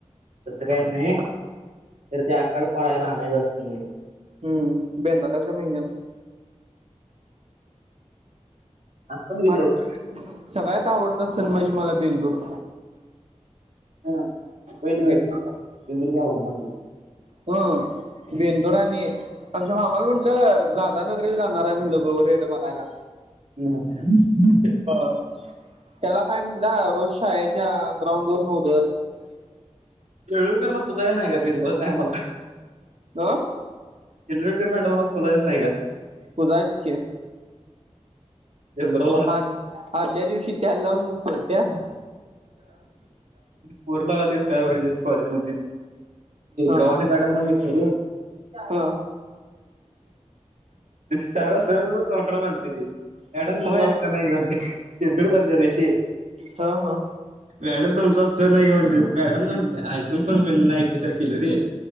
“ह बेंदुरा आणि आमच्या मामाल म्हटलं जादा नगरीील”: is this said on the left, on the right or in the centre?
Right